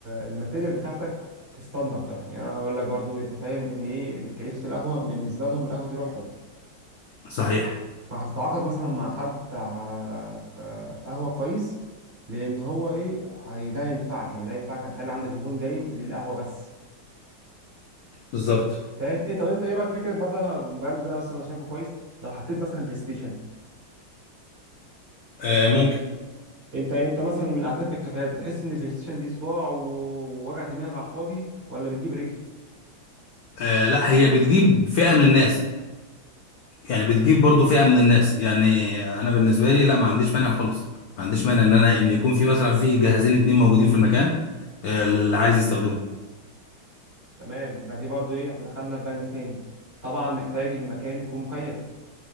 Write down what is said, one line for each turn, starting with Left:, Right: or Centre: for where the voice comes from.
Right: الماتيريال بتاعتك تستنضف بقى يعني انا اقول لك برضو انت فاهم ان ايه كيفة القهوة بالنسبة لهم القهوة دي روحهم
Left: صحيح
Right: فهتتعاقد مثلا مع حد بتاع ك- قهوة كويس لان هو ايه هي- ده ينفعك يعني ده ينفعك هيخلي عندك زبون دايم للقهوة بس
Left: بالظبط
Right: فاهم ايه طب انت ايه رايك في فكرة برضه انا البراند ده مثلا انا شايفه كويس لو حطيت مثلا بلاي ستيشن
Left: آه ممكن
Right: انت انت مثلا من قعدتك في الكافيهات بتحس ان البلاي ستيشن دي صداع و- ووجع دماغ على الفاضي ولا بتجيب رجل
Left: آه لا هي بتجيب فئه من الناس يعني بتجيب برضو فئه من الناس يعني انا بالنسبه لي لا ما عنديش مانع خالص ما عنديش مانع ان انا ان يكون في مثلا في جهازين اتنين موجودين في المكان آه للي عايز يستخدمه
Right: تمام يبقى دي برضو ايه احنا دخلنا في بند تاني طبعا محتاج المكان يكون مكيف